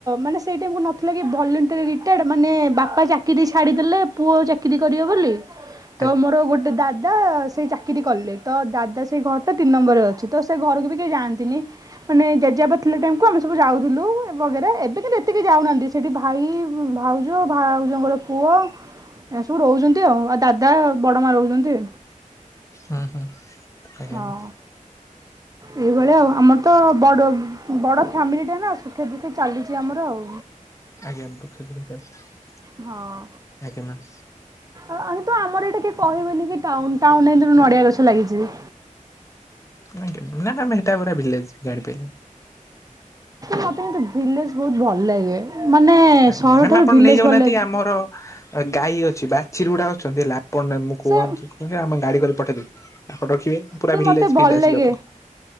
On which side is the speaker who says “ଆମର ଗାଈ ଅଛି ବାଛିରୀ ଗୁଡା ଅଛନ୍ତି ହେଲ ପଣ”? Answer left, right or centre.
Left